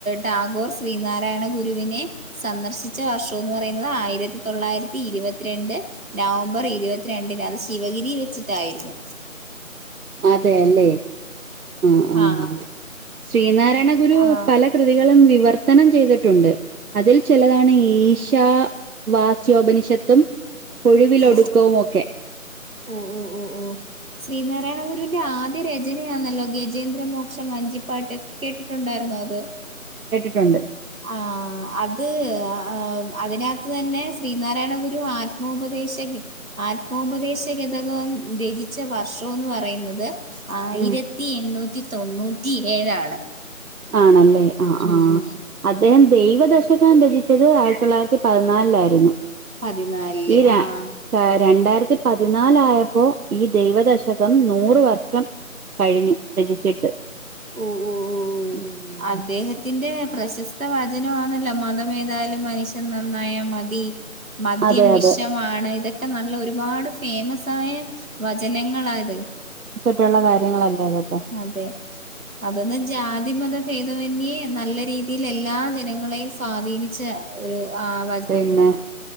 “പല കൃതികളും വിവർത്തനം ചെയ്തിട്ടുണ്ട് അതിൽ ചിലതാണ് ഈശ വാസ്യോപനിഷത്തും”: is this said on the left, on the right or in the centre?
Right